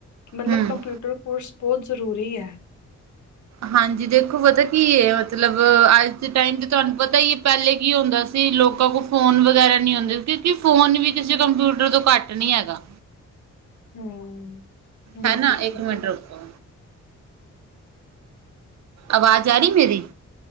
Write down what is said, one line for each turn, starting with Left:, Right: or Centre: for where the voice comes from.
Left: ਮਤਲਬ
Right: ਹਮ
Left: ਕੰਪਿਊਟਰ ਕੋਰਸ ਬਹੁਤ ਜ਼ਰੂਰੀ ਐ।
Right: ਹਾਂਜੀ, ਦੇਖੋ ਪਤਾ ਕੀ ਏ ਮਤਲਬ ਅੱਜ ਦੇ ਟਾਈਮ ਤੇ ਤੁਹਾਨੂੰ ਪਤਾ ਈ ਏ, ਪਹਿਲੇ ਕੀ ਹੁੰਦਾ ਸੀ ਕਈ ਲੋਕਾਂ ਕੋਲ ਫੋਨ ਵਗੈਰਾ ਨਹੀਂ ਹੂੰਦੇ, ਕਿਉਂਕੀ ਫੋਨ ਵੀ ਕਿਸੇ ਕੰਪਿਊਟਰ ਤੋਂ ਘੱਟ ਨਹੀਂ ਹੈਗਾ।
Left: ਹੂੰ,
Right: ਹੈਨਾ ਇੱਕ
Left: ਬਿਲਕੁਲ-ਬਿਲਕੁਲ।
Right: ਮਿੰਟ ਰੁਕੋ
Left: <inaudible>
Right: ਅਵਾਜ਼ ਆ ਰਹੀ ਮੇਰੀ?